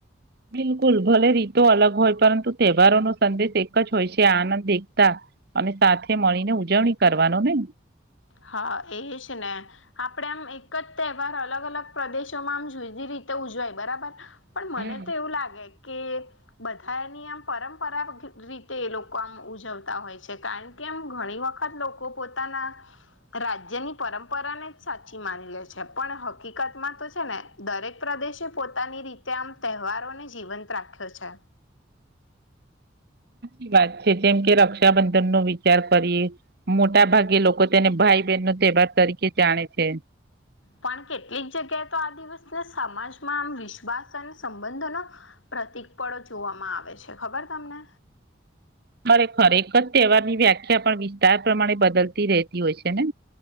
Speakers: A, on the right; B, on the left.
A: બિલકુલ, ભલે રીતો અલગ હોય પરંતુ તહેવારોનો સંદેશ એક જ હોય છે આનંદ, એકતા અને સાથે મળીને ઉજવણી કરવાનો ને.
B: હા, એજને આપણેે આમ એક જ તહેવાર અલગ અલગ પ્રદેશોમાં આમ જુદી રીતે ઉજવાય બરાબર. પણ મને
A: હમ
B: તો એવું લાગે કે બધા એની આમ પરંપરા રીતે એ લોકો આમ ઉજવતા હોય છે કારણ કે આમ ઘણી વખત લોકો પોતાના રાજ્યની પરંપરાને જ સાચી માની લે છે પણ હકીકતમાં તો છે ને દરેક પ્રદેશ પોતાની રીતે આમ તહેવારોને જીવંત રાખ્યો છે
A: ી વાત છે જેમ કે રક્ષાબંધન નો વિચાર કરીએ મોટા ભાગે લોકો તેને ભાઈ બહેન નો તહેવાર તરીકે જાણે છે
B: પણ કેટલીક જગ્યાએ તો આ દિવસને સમાજમાં આમ વિશ્વાસ અને સંબંધનો પ્રતિક પળો જોવામાં આવે છે ખબર તમને
A: બરે ખર એક જ તહેવાર વ્યાખ્યા પણ વિસ્તાર પ્રમાણે બદલતી રહેતી હોય છે ને